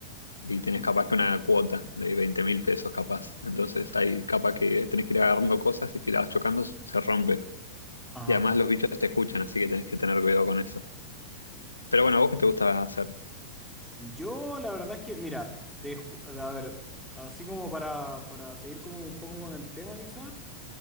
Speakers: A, on the left; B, in the centre.
A: y tenés
B: Mm.
A: capaz que una cuota de veinte mil pesos capaz. Entonces hay capaz que tenés que ir agarrando cosas y si las vas chocando se rompen.
B: Ajá.
A: Y además los bichos te escuchan, así que tenés que tener cuidado con eso. Pero bueno, ¿a vos qué te gusta hacer?
B: Yo, la verdad es que, mira, de, ju- a ver, así como para, para seguir como un poco con el tema quizás,